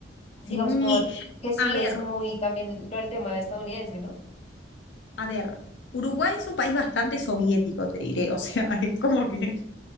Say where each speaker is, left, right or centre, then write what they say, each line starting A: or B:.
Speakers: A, on the left; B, on the left.
A: Sí,
B: Digamos como que sí
A: a ver,
B: es muy también lo del tema estadounidense, ¿no?
A: a ver. Uruguay es un país bastante soviético, te diré. O sea, <laughs> es como que